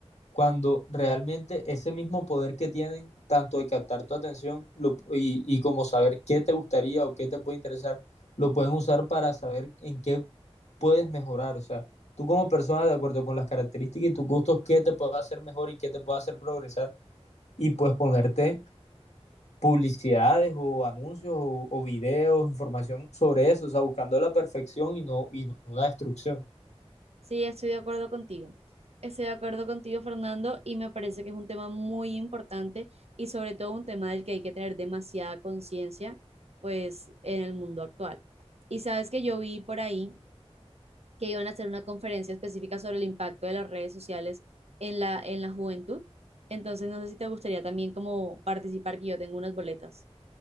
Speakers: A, on the left; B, on the right.
A: cuando realmente ese mismo poder que tienen, tanto de captar tu atención lo, y, y, como saber qué te gustaría o qué te puede interesar, lo pueden usar para saber en qué puedes mejorar. O sea, tú como persona, de acuerdo con las características y tus gustos, qué te puede hacer mejor y qué te puede hacer progresar y pues ponerte publicidades o anuncios o, o videos, información sobre eso, o sea, buscando la perfección y no, y no la destrucción.
B: Sí, estoy de acuerdo contigo. Estoy de acuerdo contigo, Fernando, y me parece que es un tema muy importante y sobre todo un tema del que hay que tener demasiada conciencia, pues, en el mundo actual. Y sabes que yo vi por ahí que iban a hacer una conferencia específica sobre el impacto de las redes sociales en la, en la juventud. Entonces, no sé si te gustaría también como participar, que yo tengo unas boletas.